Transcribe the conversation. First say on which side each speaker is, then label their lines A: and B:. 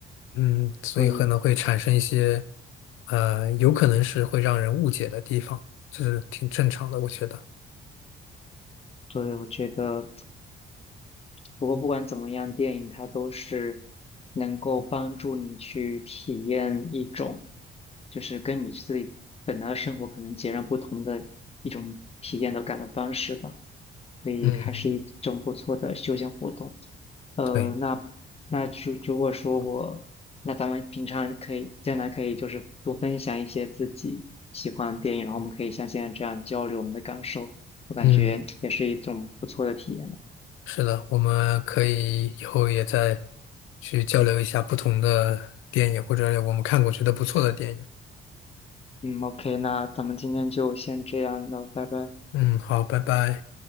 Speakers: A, on the left; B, on the left.
A: 嗯，
B: 所以，
A: 所以可能会产生一些，呃，有可能是会让人误解的地方，这是挺正常的，我觉得。
B: 所以我觉得。不过不管怎么样，电影它都是能够帮助你去体验一种，就是跟你自己本来的生活可能截然不同的一种体验的感的方式吧，所以还是一种不错的休闲活动。
A: 嗯
B: 呃，
A: 对，
B: 那那如如果说我，那咱们平常可以将来可以就是多分享一些自己喜欢的电影，然后我们可以像现在这样交流我们的感受，我感觉也是一种不错的体验。
A: 嗯是的，我们可以以后也再去交流一下不同的电影，或者我们看过觉得不错的电影。
B: 嗯，OK，那咱们今天就先这样，那拜拜。
A: 嗯，好，拜拜。